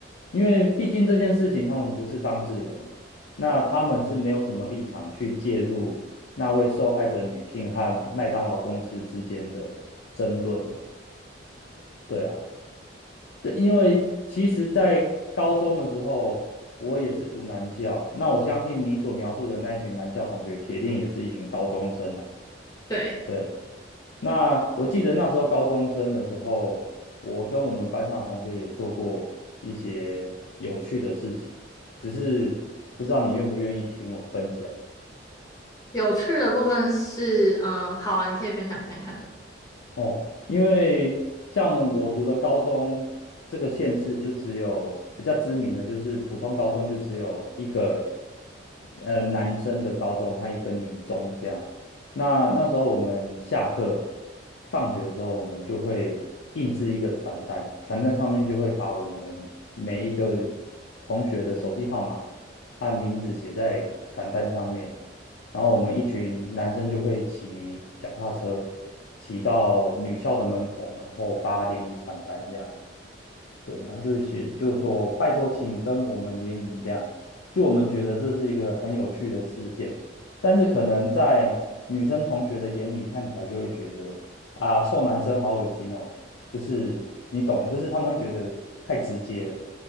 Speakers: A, on the left; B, on the left.
A: 因为毕竟这件事情他们不是当事人，那他们是没有什么立场去介入那位受害者女性和麦当劳公司之间的争论的。对啊。对，因为其实，在高中的时候，我也是读男校。那我相信你所描述的那一群男校同学，铁定也是一群高中生啊。
B: 对，
A: 对，那我记得那时候高中生的时候，我跟我们班上的同学也做过一些有趣的事情，只是不知道你愿不愿意听我分享。
B: 有趣的部分是，嗯、好啊，你可以分享看看。
A: 哦，因为像我读的高中，这个县市就只有比较知名的，就是普通高中就只有一个呃男生的高中和一个女中这样。那那时候我们下课放学的时候，我们就会印制一个传单，传单上面就会把我们每一个同学的手机号码和名字写在传单上面。然后我们一群男生就会骑脚踏车，骑到女校的门口，然后发联谊传单这样。对，然后就写就说拜托，请跟我们联谊这样。就我们觉得这是一个很有趣的事件，但是可能在女生同学的眼里看起来就会觉得啊，臭男生好恶心哦，就是你懂，就是他们会觉得太直接了，